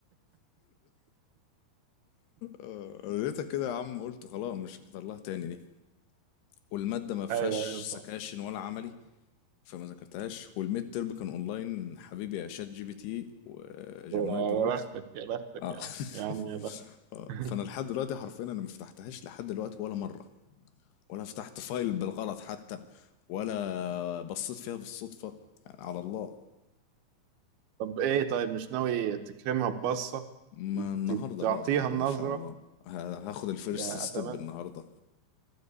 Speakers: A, on the left (about 85°); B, on the right (about 75°).
A: أنا لقيتها كده يا عم قلت خلاص مش هحضر لها تاني دي والمادة ما فيهاش
B: ايوه ايوه
A: سكاشن
B: طبعا
A: ولا عملي فما ذاكرتهاش والميد تيرم كان اونلاين حبيبي يا شات جي بي تي وجيميناي
B: يا
A: برو
B: بختك يا بختك
A: اه
B: يا
A: <laughs>
B: عم يا عم يا بختك <laughs>
A: فانا لحد دلوقتي حرفيا انا ما فتحتهاش لحد دلوقتي ولا مره ولا فتحت فايل بالغلط حتى ولا بصيت فيها بالصدفه على الله
B: طب ايه طيب مش ناوي تكرمها ببصة
A: ما النهارده
B: ت- تعطيها
A: بقى
B: النظرة
A: ان شاء الله ه- هاخد الفيرست
B: يا
A: ستيب
B: اتمنى
A: النهارده